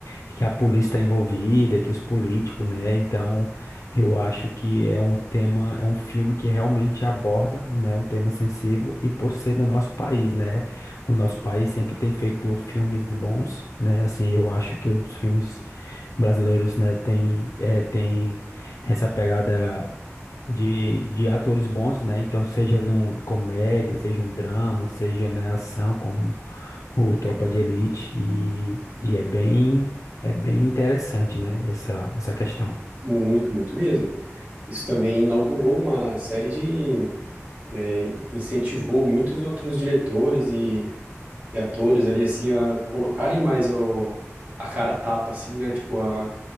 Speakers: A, on the left; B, on the right.
A: que a polícia está envolvida, que os políticos, né, então eu acho que é um tema, é um filme que realmente aborda, né, um tema sensível e por ser no nosso país, né? O nosso país sempre tem feito filmes bons, né? Assim, eu acho que os filmes brasileiros, né, tem, é, tem essa pegada de, de atores bons, né? Então, seja num comédia, seja um drama, seja, né, ação, como o Tropa de Elite e, e é bem, é bem interessante, né, essa, essa questão.
B: Muito, muito mesmo. Isso também inaugurou uma série de, é, incentivou muitos outros diretores e, e atores ali, assim, a colocarem mais o, a cara a tapa, assim, né? Tipo, a